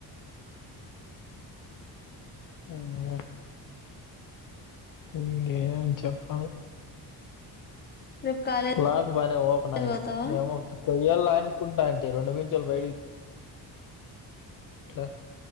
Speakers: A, on the left; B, on the left.
A: అవును అలా నువ్వు ఏమి చెప్పాల
B: రేపు కాలేజ్
A: లాకు బానే ఓపనాయె
B: పోతావా
A: నామో కొయ్యాల్ల ఆనుకుంటాంటి రెండు పించేల్లు <unintelligible>